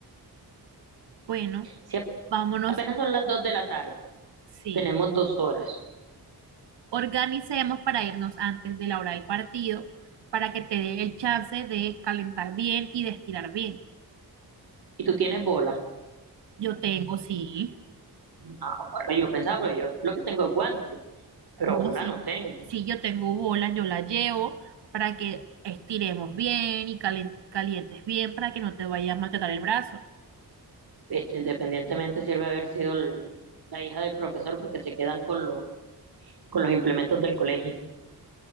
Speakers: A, on the right; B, on the right.
A: Bueno,
B: Si ap-
A: vámonos.
B: apenas son las 2 de la tarde,
A: Sí.
B: tenemos dos horas
A: organicemos para irnos antes de la hora del partido, para que te dé el chance de calentar bien y de estirar bien.
B: y tú tienes bola.
A: Yo tengo, sí,
B: Ah, bueno, yo pensaba, pero yo lo que tengo es guante, pero
A: no,
B: bola
A: sí,
B: no tengo.
A: sí, yo tengo bolas, yo las llevo para que estiremos bien y calen- calientes bien para que no te vayas a maltratar el brazo.
B: Este, independientemente sirve haber sido el- la hija del profesor porque se quedan con los, con los implementos del colegio.